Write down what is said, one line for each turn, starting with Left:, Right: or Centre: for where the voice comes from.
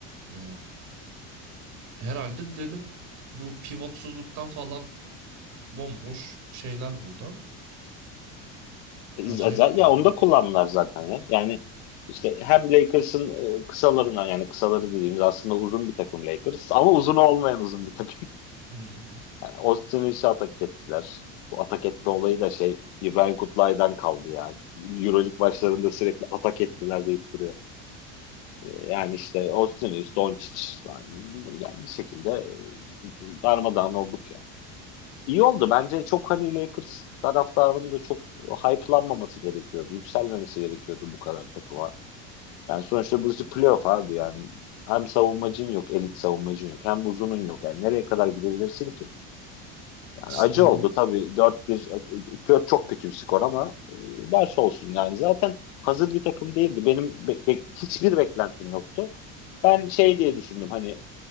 Right: Ee, herhalde dedim bu pivotsuzluktan falan bomboş şeyler buldu ama
Left: E,
Right: acayipti
Left: z- z- Ya
Right: yani.
Left: onu da kullandılar zaten ya. Yani işte hem Lakers'ın e, kısalarına yani kısaları dediğimiz aslında uzun bir takım Lakers ama uzun olmayan uzun bir takım.
Right: Hı hı.
Left: Yani Austin Reeves'e atak ettiler. Bu atak etme olayı da şey İbrahim Kutlay'dan kaldı ya. Euroleague başlarında sürekli atak ettiler deyip duruyor. Ee, Yani işte Austin Reeves, Doncic falan. yani bir şekilde e, darmadağın olduk yani. İyi oldu. Bence çok hani Lakers taraftarının da çok hype'lanmaması gerekiyordu. Yükselmemesi gerekiyordu bu kadar takıma. Yani sonuçta burası playoff abi yani. Hem savunmacın yok, elit savunmacın yok. Hem uzunun yok. Yani nereye kadar gidebilirsin ki?
Right: İşte
Left: Yani acı
Right: o
Left: oldu tabii dört bir kö- çok kötü bir skor ama e, ders olsun yani. Zaten hazır bir takım değildi. Benim be- be- hiçbir beklentim yoktu. Ben şey diye düşündüm hani